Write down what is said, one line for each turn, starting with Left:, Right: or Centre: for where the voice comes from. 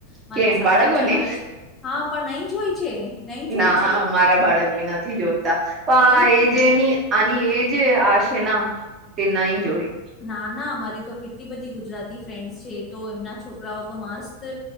Left: મારા
Right: કેમ
Left: સાસુ
Right: બાળકોને
Left: ચલાવે છે, હા પણ નહી જોય છે નહી જોય
Right: ના
Left: છે.
Right: મારા બાળકને નથી જોતા પણ
Left: એજ
Right: એ
Left: ને
Right: જેની આ એ જે આશે ના તે નઈ જોઈ
Left: ના ના અમારી તો કેટલી બધી ગુજરાતી ફ્રેન્ડસ છે, તો એમના છોકરાઓ તો મસ્ત